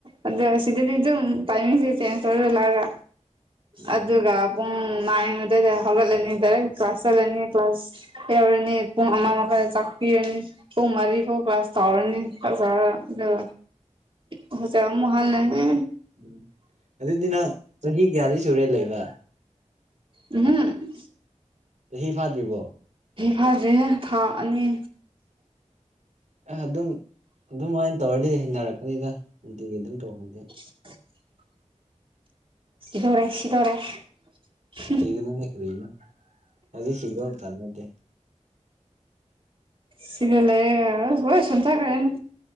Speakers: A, on the right; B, on the right.
A: ꯑꯗꯨ ꯁꯤꯗꯗꯤ ꯑꯗꯨ ꯇꯥꯏꯃꯤꯁꯦ ꯆꯦꯟꯁ ꯇꯧꯋꯦꯕ ꯂꯒ
B: ꯎꯝ
A: ꯑꯗꯨꯒ ꯄꯨꯡ ꯅꯥꯏꯟ ꯑꯨꯏꯗ ꯍꯧꯒꯠꯂꯅꯤ ꯗꯥꯏꯔꯦꯛ ꯀ꯭ꯂꯥꯁ ꯆꯠꯂꯅꯤ ꯀ꯭ꯂꯥꯁ ꯌꯧꯔꯅꯤ ꯄꯨꯡ ꯑꯃꯥ ꯃꯈꯣꯏꯅ ꯆꯥꯛꯄꯤꯔꯅꯤ ꯄꯨꯡ ꯃꯔꯤ ꯐꯧ ꯀ꯭ꯂꯥꯁ ꯇꯧꯔꯅꯤ ꯀ꯭ꯂꯥꯁ ꯇꯧꯔꯒ ꯑꯗꯨ ꯗꯩ ꯑꯝꯨꯛ ꯍꯥꯜꯂꯅꯤ
B: ꯎꯝ ꯑꯗꯨꯗꯤ ꯅꯪ ꯆꯍꯤ ꯀꯌꯥꯗꯤ ꯁꯨꯔꯦ ꯂꯩꯕ
A: ꯍꯝ
B: ꯇ ꯍꯤꯐꯥꯗꯔꯤꯕꯣ
A: ꯆꯍꯤ ꯐꯥꯗ꯭ꯔꯤꯍꯦ ꯊꯥ ꯑꯅꯤ
B: ꯑꯦ ꯑꯗꯨꯝ ꯑꯗꯨꯃꯥꯏꯅ ꯇꯧꯔꯗꯤ ꯍꯩꯅꯔꯛꯀꯅꯤꯗ ꯅꯨꯡꯇꯤꯒꯤ ꯑꯗꯨꯝ ꯇꯧꯈ꯭ꯔꯗꯤ
A: <inaudible> <inaudible> ꯁꯤꯗꯣꯔꯦ ꯁꯤꯗꯣꯔꯦ <inaudible> <inaudible>
B: ꯁꯤꯒꯅꯨꯍꯦ ꯀ꯭ꯔꯅꯣ ꯍꯧꯖꯤꯛ ꯁꯤꯒꯗꯕ ꯃꯇꯝ ꯅꯠꯇꯦ
A: ꯁꯤꯒ ꯂꯩꯦ <unintelligible> ꯍꯣꯏꯁꯟ ꯊ ꯀꯦꯅ